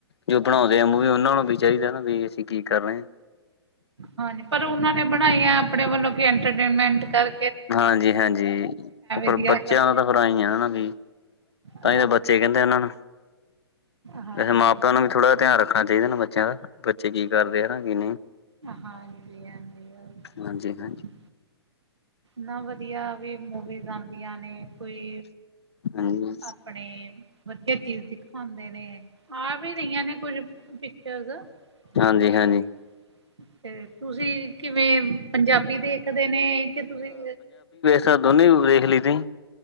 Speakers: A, on the left (about 75°); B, on the right (about 85°).
A: ਜੋ ਬਣਾਉਂਦੇ ਉ ਉਹਨਾਂ ਨੂੰ ਵੀ ਚਾਹੀਦਾ ਨਾ ਵੀ ਅਸੀਂ ਕੀ ਕਰ ਰਹੇ ਹਾਂ
B: ਹਾਂਜੀ ਪਰ ਉਹਨਾਂ ਨੇ ਬਣਾਈਆਂ ਆਪਣੇ ਵੱਲੋਂ ਕਿ ਇੰਟਰਟੇਨਮੈਂਟ ਕਰ
A: ਹਾਂਜੀ ਹਾਂਜੀ ਉਹ ਪਰ
B: ਦੀਆਂ
A: ਬੱਚਿਆਂ
B: ਕਰਦੇ
A: ਦਾ ਥੋੜ੍ਹਾ ਐਂਈ ਆ ਹਨਾ ਬੀ ਤਾਂ
B: ਹਾਂ
A: ਹੀ ਤਾਂ ਬੱਚੇ ਕਹਿੰਦੇ ਉਹਨਾਂ ਨੂੰ
B: ਹਾਂਜੀ।
A: ਵੈਸੇ ਮਾਂ ਪਿਓ ਨੂੰ ਵੀ ਥੋੜ੍ਹਾ ਜਿਹਾ ਧਿਆਨ ਰੱਖਣਾ ਚਾਹੀਦਾ ਨਾ ਬ ਚਿਰਾਂ ਦਾ ਬੱਚੇ ਕੀ ਕਰ ਰਹੇ ਹਨਾ ਕੀ ਨਹੀਂ
B: ਹਾਂਜੀ ਹਾਂਜੀ <unintelligible>
A: ਹਾਂਜੀ ਹਾਂਜੀ
B: ਨਾ ਵਧੀਆ ਵੀ ਮੂਵੀਜ਼ ਆਉਂਦੀਆਂ ਨੇ ਕੋਈ
A: ਹਾਂਜੀ
B: ਆਪਣੇ ਵਧੀਆ ਚੀਜ਼ ਦਿਖਾਉਂਦੇ ਨੇ ਆ ਵੀ ਰਹੀਆਂ ਨੇ ਕੁਝ ਪਿਕਚਰਜ਼
A: ਹਾਂਜੀ
B: ਤੇ
A: ਹਾਂਜੀ
B: ਤੇ ਤੁਸੀਂ ਕਿਵੇਂ ਪੰਜਾਬੀ ਦੇਖਦੇ ਨੇ ਕਿ ਤੁਸੀਂ
A: ਸਾ ਦੋਨੇ ਵੇਖ ਲਈ ਦੀ